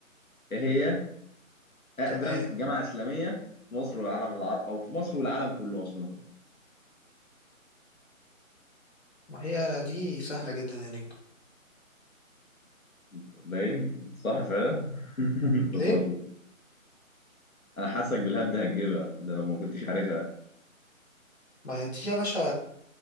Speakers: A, on the left; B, on the left.
A: ايه هي اقدم
B: تمام
A: جامعه اسلاميه في مصر والعالم العربي او في مصر والعالم كله اصلا
B: ما هي دي سهلة جدا يا نجم
A: أنت باين صح فعلا <laughs> انت
B: ليه؟
A: بتهزر انا حاسك بالهبد هتجيبها ده لو ما كنتش عارفها
B: ما هي دي يا باشا